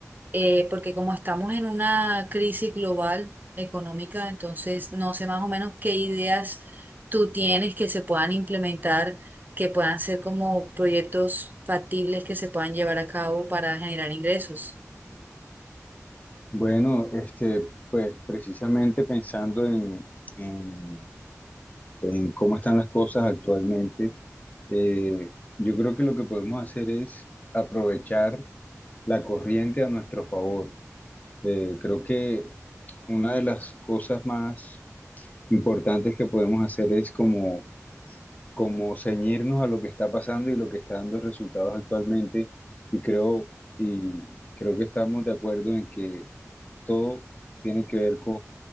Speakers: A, on the right; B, on the left.
A: eh, porque como estamos en una crisis global económica, entonces no sé más o menos qué ideas tú tienes que se puedan implementar, que puedan ser como proyectos factibles que se puedan llevar a cabo para generar ingresos.
B: Bueno, este, pues precisamente pensando en, en- en cómo están las cosas actualmente, eh, yo creo que lo que podemos hacer es aprovechar la corriente a nuestro favor. Eh, creo que una de las cosas más importantes que podemos hacer es como, como ceñirnos a lo que está pasando y lo que está dando resultados actualmente. Y creo, y creo que estamos de acuerdo en que todo tiene que ver